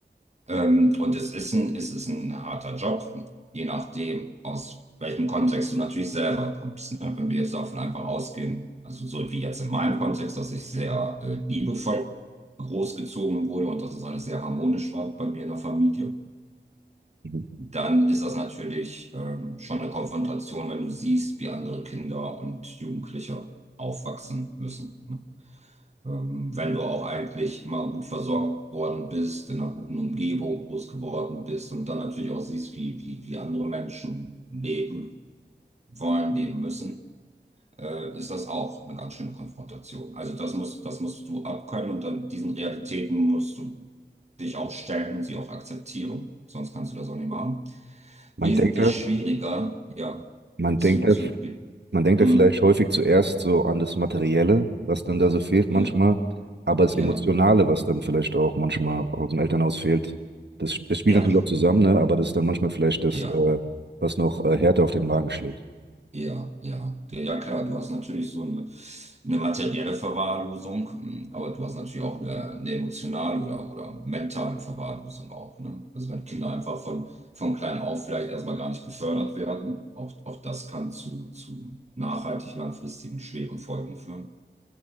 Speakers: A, on the right; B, on the right.
A: Ähm, und es ist ein, es ist ein harter Job, je nachdem, aus welchem Kontext du natürlich selber kommst. Ne? Wenn wir jetzt davon einfach ausgehen, also so wie jetzt in meinem Kontext, dass ich sehr äh, liebevoll großgezogen wurde und dass es alles sehr harmonisch war bei mir in der Familie,
B: Mhm.
A: dann ist das natürlich ähm, schon eine Konfrontation, wenn du siehst, wie andere Kinder und Jugendliche aufwachsen müssen. Ne? Ähm, wenn du auch eigentlich immer gut versorgt worden bist, in einer guten Umgebung groß geworden bist und dann natürlich auch siehst, wie, wie, wie andere Menschen leben wollen, leben müssen, äh, ist das auch eine ganz schöne Konfrontation. Also das musst, das musst du abkönnen und dann diesen Realitäten musst du dich auch stellen und sie auch akzeptieren. Sonst kannst du das auch nicht machen.
B: Man
A: Wesentlich
B: denkt da,
A: schwieriger, ja,
B: man
A: zu,
B: denkt da
A: zu,
B: Man denkt
A: hm,
B: ja vielleicht häufig zuerst so an das Materielle, was dann da so fehlt manchmal,
A: ja,
B: aber das
A: ja,
B: Emotionale, was dann vielleicht auch manchmal aus dem Elternhaus fehlt, das, das spielt
A: ja,
B: natürlich auch zusammen, ne? Aber das ist dann manchmal vielleicht das,
A: ja.
B: äh, was noch äh, härter auf den Magen schlägt.
A: Ja, ja, ja, ja, klar, du hast natürlich so eine, eine materielle Verwahrlosung, mm, aber du hast natürlich auch eine, eine emotionale oder, oder mentale Verwahrlosung auch, ne? Also wenn Kinder einfach von, von klein auf vielleicht erstmal gar nicht gefördert werden, auch, auch das kann zu, zu nachhaltig langfristigen schweren Folgen führen.